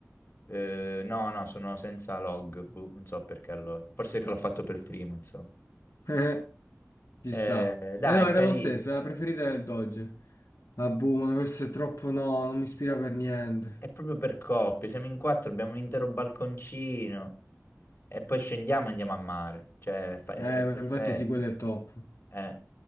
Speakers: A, on the left; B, on the left.
A: Eh, no, no, sono senza log. boh, non so perché allora. Forse che l'ho fatto per primo, insomma.
B: <laughs> Ci
A: Eh,
B: sta.
A: dai,
B: E no,
A: è carino.
B: era lo stesso, era la preferita del Dodge. Ah, boh, ma questo è troppo no, non mi ispira per niente.
A: È proprio per coppie. Siamo in quattro, abbiamo un intero balconcino. E poi scendiamo e andiamo a mare. Cioè, fa- è,
B: Eh,
A: è
B: ma
A: perfetto.
B: infatti sì, quello è top.
A: Eh,